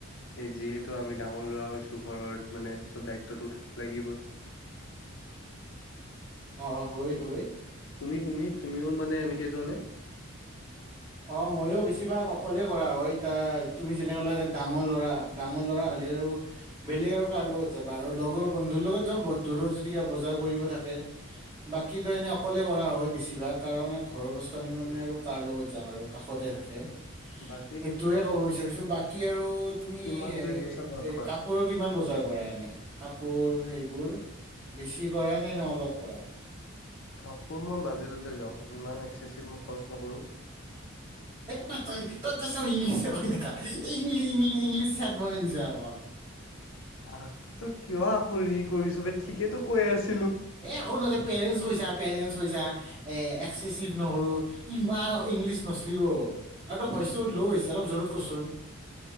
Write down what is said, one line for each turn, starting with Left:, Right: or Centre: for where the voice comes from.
Left: এই যিহেতু আমি ডাঙৰ ল'ৰা হৈছো ঘৰত মানে চব দায়িত্বটো থাক লাগিবই
Right: অ হয়
Left: সেইটোৱ
Right: হয়
Left: তুমি তুমি তুমিও মানে এনেকে যোৱাানে
Right: অ ময়ো বেছিভাগ অকলে কৰা হয় এতিয়া তুমি যেনেক ডাঙৰ লৰা ডাঙৰ লৰা হ'লে আৰু বেলেগ আৰু কাৰ লগত যাবা আৰু লগৰ বন্ধুৰ লগত যওঁ বন্ধুৰো যেদি কিবা বজাৰ কৰিব থাকে বাকীো এনে অকলে কৰা হয় বেছিভাগ কাৰণ ঘৰৰ বস্তুনিব মানে
Left: উম।
Right: আৰু কাৰ লগত আমাৰ কাষতে থাকে
Left: বাকী
Right: সেইটোয়ে
Left: তুমি
Right: ক'ব বিচাৰিছো বাকী আৰু তুমি
Left: কিমান
Right: এ
Left: তুমি পইচা খৰচ
Right: এ
Left: কৰা?
Right: কাপোৰৰ কিমান বজাৰ কৰা এনে কাপোৰ সেইবোৰ বেছি কৰা <unintelligible> নে অলপ কৰা।
Left: কাপোৰ মই বাজেটতে যাওঁ, ইমান এক্সেচিভ মই খৰচ নকৰোঁ।
Right: এই তই, তই- তই- তই চব ইংলিছে <unintelligible> ইংলিছ ছেত বনাই দিছা। যৱান
Left: আ তো কিয় আাকো কৰিছ বে ঠিকেই তো কৈ আছে
Right: এ শো নহতে পেৰেণ্টছ কৈছা পেৰেণ্ট কৈছা এ এক্চেচিভ নহৰো ইমান ইংলিছ নচলিব আৰু ত ভইচটো বহুত ল' হৈছে অলপ জোৰত কচোন।